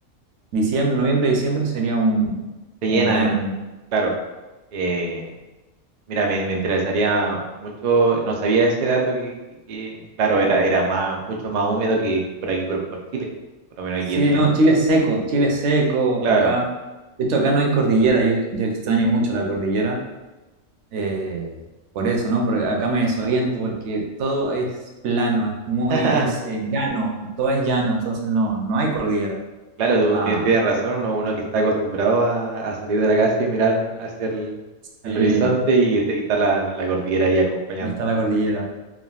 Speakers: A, on the right; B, on the right.
A: diciembre, noviembre, diciembre sería un,
B: se
A: un
B: llena,
A: gran...
B: eh, claro. Eh, Mira, me, me interesaría mucho, no sabía ese dato que, que- que, claro, era, era más, mucho más húmedo que por aquí, por, por Chile, por lo menos
A: Sí,
B: aquí en, en-
A: no, Chile es seco, Chile es seco,
B: claro,
A: acá... De hecho, acá no hay cordillera, yo, yo extraño mucho la cordillera, eh, por eso, ¿no? Porque acá me desoriento, porque todo es plano, es muy,
B: <laughs>
A: es eh, llano, todo es llano, entonces no, no hay cordillera.
B: claro, tú
A: Ah,
B: tie- tienes razón, uno, uno que está acostumbrado a, a salir de la casa y mirar hacia el al
A: sí,
B: horizonte y, está y está la, la cordillera ahí acompañando.
A: y está la cordillera.